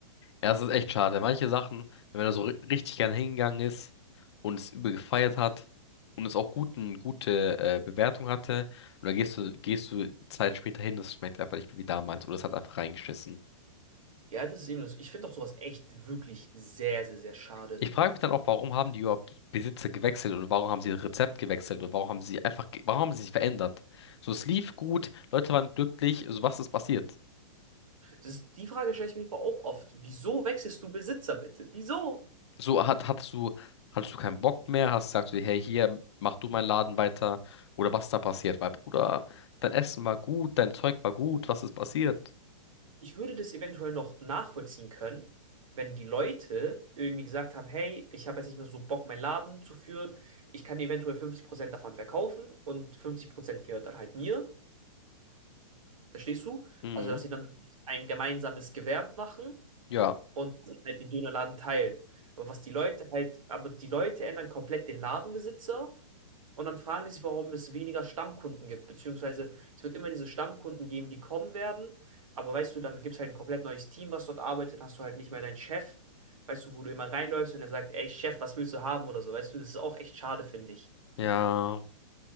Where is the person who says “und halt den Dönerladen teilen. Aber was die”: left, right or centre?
Right